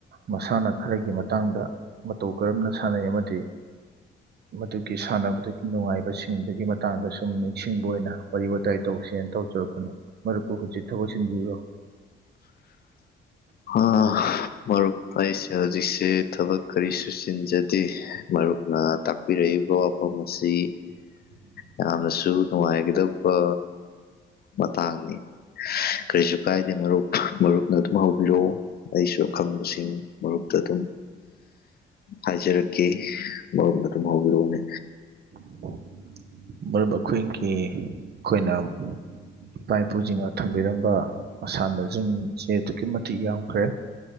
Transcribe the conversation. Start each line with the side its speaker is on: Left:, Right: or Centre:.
Right: ꯃꯁꯥꯟꯅ ꯈꯔꯒꯤ ꯃꯇꯥꯡꯗ ꯃꯇꯧ ꯀꯔꯝꯅ ꯁꯥꯟꯅꯩ ꯑꯃꯗꯤ <inaudible> ꯃꯗꯨꯒꯤ ꯁꯥꯟꯅꯕꯗꯨ ꯅꯨꯡꯉꯥꯏꯕꯁꯤꯡꯗꯨꯒꯤ ꯃꯇꯥꯡꯗ ꯁꯨꯝ ꯅꯤꯡꯁꯤꯡꯕ ꯑꯣꯏꯅ ꯋꯥꯔꯤ ꯋꯥꯇꯥꯏ ꯇꯧꯁꯦꯅ ꯇꯧ ꯃꯔꯨꯞ ꯃꯔꯨꯞꯇꯤ ꯍꯧꯖꯤꯛ ꯊꯕꯛ ꯆꯤꯟꯕꯤꯕꯔꯣ
Left: ꯃꯔꯨꯞ ꯑꯩꯁꯦ ꯍꯧꯖꯤꯛꯁꯦ ꯊꯕꯛ ꯀꯔꯤꯁꯨ ꯆꯤꯟꯖꯗꯦ ꯃꯔꯨꯞꯅ ꯇꯥꯛꯄꯤꯔꯛꯏꯕ ꯋꯥꯐꯝ ꯃꯁꯤ
Right: <inaudible>
Left: ꯌꯥꯝꯅ ꯁꯨ ꯅꯨꯡꯉꯥꯏꯗꯧꯕ ꯃꯇꯥꯡꯅꯤ ꯀꯔꯤꯁꯨ ꯀꯥꯏ ꯍꯥꯏ ꯃꯔꯨꯞ ꯃꯔꯨꯞꯅ ꯑꯗꯨꯝ ꯍꯧꯕꯤꯔꯛꯑꯣ ꯑꯩꯁꯨ ꯑꯈꯪꯕꯁꯤꯡ ꯃꯔꯨꯞꯇ ꯑꯗꯨꯝ ꯍꯥꯏꯖꯔꯛꯀꯦ ꯃꯔꯨꯞꯅ ꯑꯗꯨꯝ ꯍꯧꯕꯤꯔꯛꯑꯣꯅꯦ
Right: <inaudible> ꯃꯔꯨꯞ ꯑꯩꯈꯣꯏꯒꯤ ꯑꯩꯈꯣꯏꯅ ꯏꯄꯥ ꯏꯄꯨꯁꯤꯡꯅ ꯊꯝꯕꯤꯔꯝꯕ ꯃꯁꯥꯟꯅꯁꯤꯡꯁꯦ ꯑꯗꯨꯛꯀꯤ ꯃꯇꯤꯛ ꯌꯥꯝꯈ꯭ꯔꯦ